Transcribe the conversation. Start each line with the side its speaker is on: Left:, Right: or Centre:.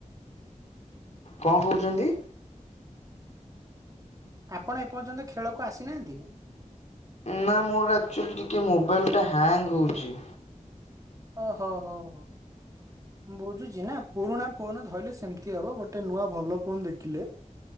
Left: କଣ କହୁଛନ୍ତି?
Right: ଆପଣ ଏପର୍ଯ୍ୟନ୍ତ ଖେଳକୁ ଆସିନାହାନ୍ତି।
Left: ନା ମୋର ଆକ୍ଚୁଆଲି ଟିକିଏ ମୋବାଇଲିଟା ହ୍ୟାଙ୍ଗ୍ ହୋଉଛି।
Right: ଓ ହୋ ହ ହଁ। ବୁଝୁଛି ନା ପୁରୁଣା ଫୋନ ଧଇଲେ ସେମିତି ହବ ଗୋଟେ ନୂଆ ଭଲ ଫୋନ ଦେଖିଲେ